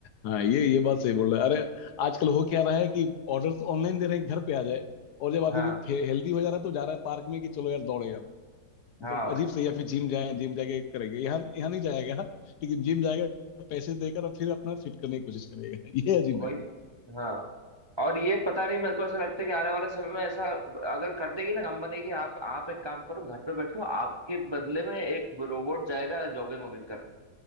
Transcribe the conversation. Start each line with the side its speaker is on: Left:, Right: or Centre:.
Left: हाँ ये ये बात सही बोल रहे हैं। अरे आजकल हो क्या रहा है कि ऑर्डर तो ऑनलाइन दे रहे हैं घर पे आ जाए और जब आदमी
Right: हाँ
Left: हेल्दी हो जा रहा है तो जा रहा है पार्क में कि चलो यार दौड़े यार
Right: हाँ
Left: मतलब
Right: भाई
Left: अजीब से या फिर जिम जाए जिम जाके करेंगे यहाँ यहाँ नहीं जाएगा लेकिन जिम जाएगा पैसे देकर और फिर अपना फिट करने की कोशिश करेगा <laughs> ये अजीब
Right: वही
Left: है
Right: हाँ और ये पता नहीं मेरे को ऐसा लगता है कि आने वाले समय में ऐसा अगर कर देगी ना कंपनी की आप आप एक काम करो घर पे बैठो आपके बदले में एक रोबोट जाएगा जॉगिंग वॉगिंग करने